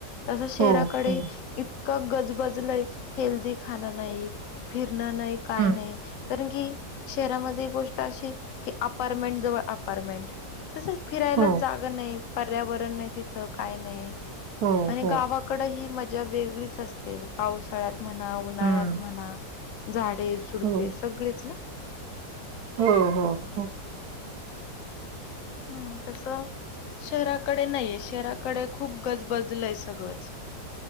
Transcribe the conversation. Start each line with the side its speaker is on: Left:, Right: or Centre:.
Left: तसं शहराकडे
Right: हो हो
Left: इतकं गजबजलंय, हेल्दी खाणं नाही फिरत नाही काय
Right: हं,
Left: नाही कारण की शहरामध्ये एक गोष्ट अशी की अपारमेंट जवळ अपारमेंट कस फिरायला
Right: हो
Left: जागा नाही, पर्यावरण नाही, तिथं काय नाही.
Right: हो
Left: आणि
Right: हो
Left: गावाकडे ही मजा वेगळीच असते पावसाळ्यात म्हणा उन्हाळ्यात
Right: हं,
Left: म्हणा झाडे, झुडपे,
Right: हो
Left: सगळेच ना,
Right: हो हो हो.
Left: हम्म तस. शहराकडे, नाहीये शहराकडे, खूप गजबजलंय सगळंच.